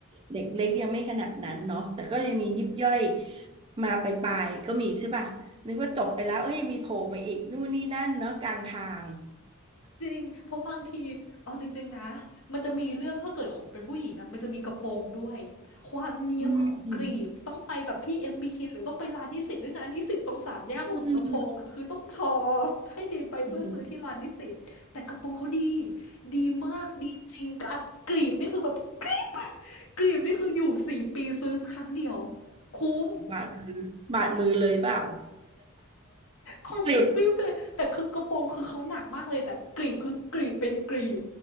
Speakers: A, on the right; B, on the left.
A: เด็กเล็กยังไม่ขนาดนั้นเนาะแต่ก็ยังมียิบย่อยมาไปลายๆก็มีใช่ปะนึกว่าจบไปแล้วเอ้ยยังมีโผล่มาอีกนู่นนี่นั่นเนาะกลางทาง
B: จริง เพราะบางทีเอาจริงๆนะมันจะมีเรื่องถ้าเกิดของเป็นผู้หญิงอะมันจะมีกระโปรงด้วยความเนี้ยมของกรีบต้องไปแบบพี่
A: อืมอืม
B: MBK หรือต้องไปร้านนิสิตด้วยนะนิสิตตรงสามแย่หัวลำโพงอะคือต้องทอ
A: อืม
B: ให้ดีไปเพื่อซื้อที่ร้านนิสิตแต่กระโปรงเขาดี
A: อ
B: ดีมากดีจริงกัดกรีบนี่คือแบบกรีบกรีบนี่คืออยู่สี่ปีซื้อครั้งเดียวคุ้ม
A: บาดมือบาดมือเลยเปล่า
B: คมกริบเลยแต่คือกระโปรงคือเขาหนักมากเลยแต่กรีบคือกรีบเป็นกรีบ
A: กลิบ